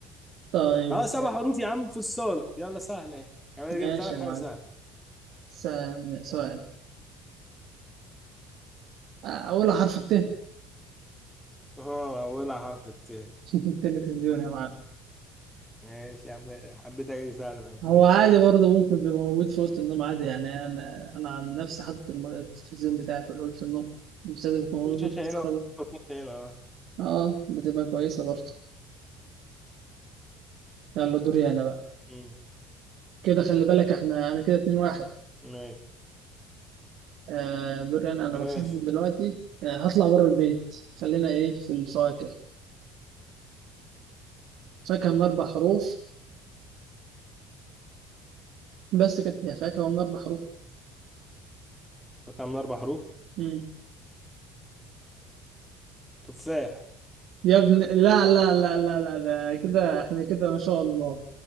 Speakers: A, on the right (about 65°); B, in the centre.
A: طيب
B: اه سبع حروف يا عم في الصالة يلا سهلة ايه انا جبت
A: ماشي
B: لك
A: يا
B: حاجة
A: معلم
B: سهلة
A: س- سؤال اول حرف الت <laughs>
B: اه اولها حرف الت
A: التلفزيون يا معلم
B: ماشي يا عم حبيت اجي سهل معاك
A: هو
B: ماشي
A: عادي برضه ممكن بيبقى موجود في اوضه النوم عادي يعني انا انا عن نفسي حاطط الم- التلفزيون بتاعي في اوضه النوم مش لازم يكون موجود
B: شاشة
A: في الصالة.
B: هنا وشاشة هنا اه
A: اه بتبقى كويسه برضه يلا دوري انا بقى
B: أمم.
A: كده خلي بالك احنا انا كده اتنين واحد
B: ماشي
A: آه دوري انا انا
B: ماشي
A: بسبب دلوقتي آه هطلع بره البيت خلينا ايه في الفواكه فاكهه من اربع حروف بس كانت هي فاكهه من اربع حروف
B: فاكهة من أربع حروف
A: مم.
B: تفاح
A: يا ابن لا لا لا لا لا ده كده احنا كده ما شاء الله